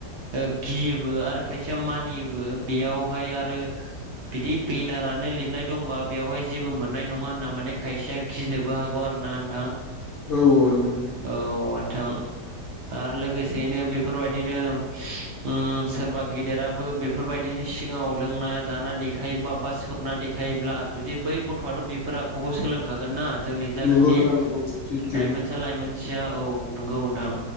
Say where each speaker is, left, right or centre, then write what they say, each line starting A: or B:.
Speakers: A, on the right; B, on the left.
A: ओ गि योबो आरो खायसेया मानियोबो बेयावहाय आरो बिदि बेनारानो लिरनाय दंबा बेवहाय जेबो मोननाय नङा होनना माने खायसेया गिनोबो हागौ आरो ना नों
B: औ औ नंगौ नोंथां
A: औ नोंथां आरो लोगोसेयैनो बेफोरबायदिनो ओम सोरबा गेदेराबो बेफोरबायदि सिगाङाव लोंना जा देखायोबा बा सोबना देखायोब्ला जुदि बै गथ'वाथ' बेफोर आखुखौ सो लोंखागोन ना जोंनि जाखिनि
B: नंगौ नोंथां नंगौ बेयो सैथो
A: लाइमोनसा लाइमोनसिया औ नंगौ नोंथां